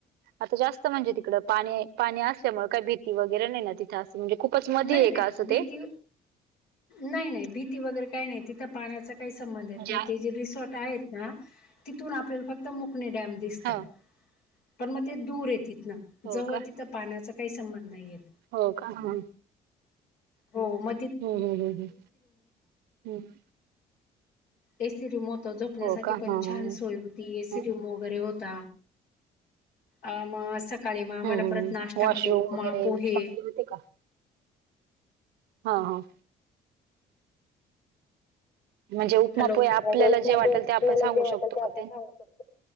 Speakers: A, on the right (about 75°); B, on the left (about 75°).
A: आता जास्त म्हणजे तिकड पाणी पाणी असल्यामुळे काही भीती वगैरे नाही ना? ती थ. असं म्हणजे खूपच मधीय
B: नाही, नाही.
A: का? असं
B: भीती
A: ते?
B: नाही नाही भीती वगैरे काही नाही. तिथं पाण्याचा काही संबंध येत
A: म्हणजे
B: नाही. ते जे रिसॉर्ट आहेत. हा तिथून आपल्याला फक्त मोकणे डॅम दिसत.
A: हा
B: पण मग ते दूरे तीथन.
A: हो
B: जवळ
A: का
B: तिथं पाण्याचा काही संबंध नाहीयेत.
A: हो का? ह.
B: हो म
A: हम्म हम्म हम्म हम्म. हम्म.
B: ए सी रुम होत. जोपण्यासाठी
A: हो का हा
B: पण छान
A: हा
B: सोय होती एसी
A: हा.
B: रुम वगैरे होता. अ म सक काळी म आम्हाला
A: हम्म हम्म
B: परत नाश्त्यामध्ये
A: वॉशरूम
B: उपमा
A: वगैरे
B: पोहे.
A: चांगले होते का? हा ह. म्हणजे उपमा
B: हॅलो.
A: पोहे आपल्याला
B: म्हणजे उपमा
A: जे वाटेल
B: पोहे, आपल्याला
A: ते आपण सांगू
B: जे वाटेल
A: शकतो
B: ते आपण
A: का
B: सांगू शकतो.